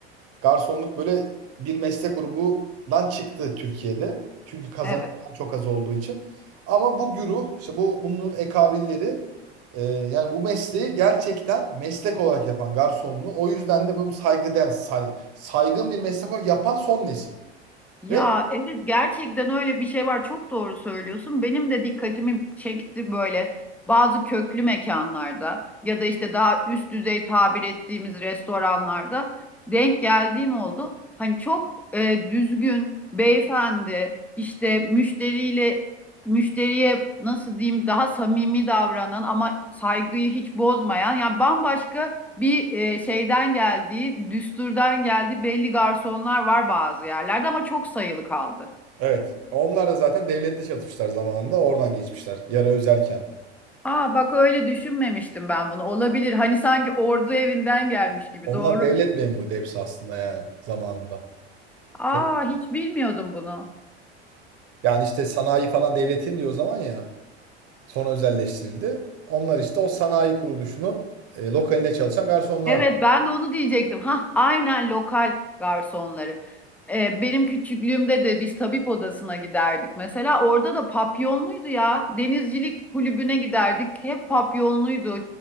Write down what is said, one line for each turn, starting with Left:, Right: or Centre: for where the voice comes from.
Right: Garsonluk böyle bir meslek grubundan çıktı Türkiye'de. Çünkü kazanan
Centre: Evet.
Right: çok az olduğu için. Ama bu güruh, işte bu bunun ekabilleri e, yani bu mesleği gerçekten meslek olarak yapan garsonluğu o yüzden de bunu saygıdeğer, say- saygın bir meslek olarak yapan son nesil.
Centre: Ya
Right: Ve
Centre: evet gerçekten öyle bir şey var. Çok doğru söylüyorsun. Benim de dikkatimi çekti böyle bazı köklü mekanlarda ya da işte daha üst düzey tabir ettiğimiz restoranlarda denk geldiğim oldu. Hani çok e, düzgün beyefendi işte müşteriyle müşteriye nasıl diyeyim daha samimi davranan ama saygıyı hiç bozmayan yani bambaşka bir e, şeyden geldiği, düsturdan geldiği belli garsonlar var bazı yerlerde ama çok sayılı kaldı.
Right: evet, onlar da zaten devlette çalışmışlar zamanında, oradan geçmişler. Yarı özelken.
Centre: Aa bak öyle düşünmemiştim ben bunu. Olabilir. Hani sanki ordu evinden gelmiş gibi.
Right: Onlar
Centre: Doğru.
Right: devlet memuru da hepsi aslında yani zamanında.
Centre: Aa
Right: Hep-
Centre: hiç bilmiyordum bunu.
Right: Yani işte sanayi falan devletin diyor o zaman ya. Sonra özelleştirildi. Onlar işte o sanayi kuruluşunun e, lokalinde çalışan garsonlardı.
Centre: Evet ben de onu diyecektim. Ha aynen lokal garsonları. Ee, benim küçüklüğümde de biz tabip odasına giderdik mesela. Orada da papyonluydu ya. Denizcilik kulübüne giderdik. Hep papyonluydu.